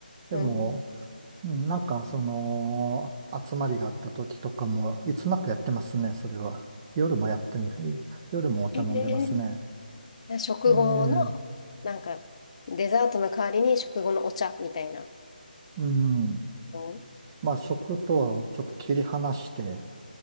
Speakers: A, on the right; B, on the left.
A: でも、
B: うん。
A: うん、なんか、その、集まりがあった時とかも、いつなくやってますね、それは。夜もやってんの、夜もお茶飲んでますね。
B: えー、食後の、
A: ええ、
B: なんか、デザートの代わりに食後のお茶みたいな
A: うん。
B: の。
A: まあ、食とはちょっと切り離して、